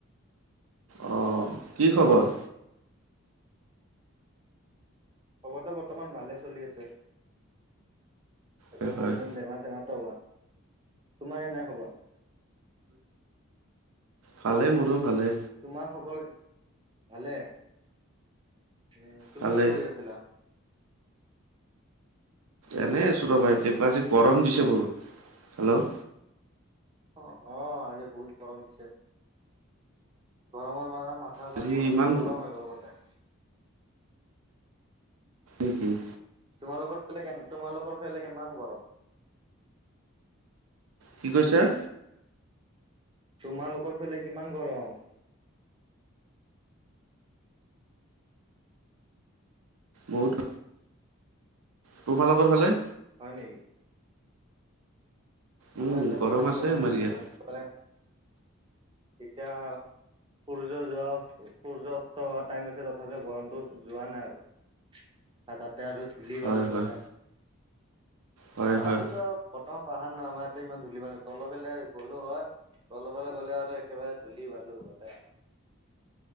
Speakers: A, on the right; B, on the right.
A: অ' কি খবৰ?
B: খবৰটো বৰ্তমান ভালে চলি আছে একো
A: হয় হয়
B: প্ৰব্লেম বেমাৰ চেমাৰ টো হোৱা, তোমাৰ কেনে খবৰ?
A: ভালে মোৰো ভালে
B: তোমাৰ খবৰ ভালে? উম তুমি
A: ভালে
B: কি কৰি আছিলা?
A: এনেই আছো ৰবা
B: হেল্ল'
A: এতি ক আজি গৰম দিছে বোৰ হেল্ল'।
B: অ', অ', আজি বহুত গৰম দিছে গৰমৰ মাজ মাথা
A: আজি
B: চথা গৰ
A: ইমান
B: গৰম হৈ গ'ল গোতে।
A: একেই।
B: তোমালোকৰ তোমালোকৰ ফেলে কিমান গৰম?
A: কি কৈছা?
B: তোমালোকৰ ফালে কিমান গৰম?
A: <inaudible> বহুত তোমালোকৰ ফালে।
B: হয় নেক?
A: উম
B: আমাৰটা বিৰাট
A: আছে
B: গৰম
A: আমাৰ
B: এতিয়া
A: ইয়াত
B: একেবাৰে এতিয়া সূৰ্য যোৱা সূৰ্যাস্ত হোৱা টাইম আছে তথাপিও গৰমটো যোৱা নাই আৰু তাত তা আৰু ধূলি
A: হয়
B: পালো বতাহ
A: হয় হয়
B: আমাৰতো
A: হয়
B: বৰ্তমান পাহাৰ ন আমাৰ ইয়াতে ইমান ধূলি পাল তলৰ ফাললে গলো হয় তল ফলে গ'লে আৰু একেবাৰে ধূলি বালো বট